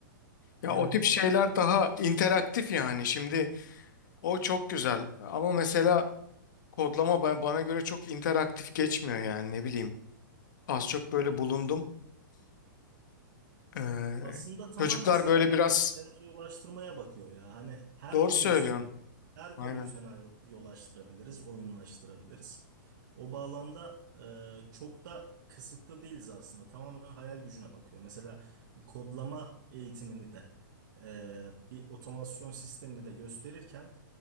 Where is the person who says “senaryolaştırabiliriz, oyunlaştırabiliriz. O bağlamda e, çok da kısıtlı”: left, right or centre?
Right